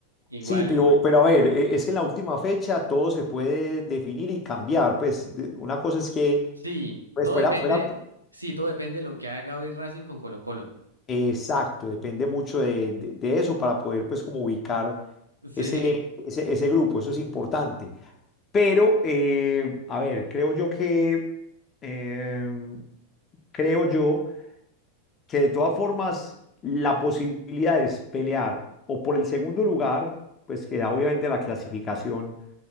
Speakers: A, on the right; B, on the left.
A: Igual,
B: Sí, pero, pero a ver, e- es que en la última fecha todo se puede definir y cambiar. Pues de- una cosa es que
A: sí,
B: pues
A: todo
B: fuera,
A: depende,
B: fuera,
A: sí, todo depende de lo que haga hoy Racing con Colo-Colo.
B: Exacto, depende mucho de, de- de eso para poder pues como ubicar
A: <laughs> Sí.
B: ese, ese, ese grupo, eso es importante. Pero, eh, a ver, creo yo que, eh, creo yo que de todas formas la posibilidad es pelear o por el segundo lugar, pues que da obviamente la clasificación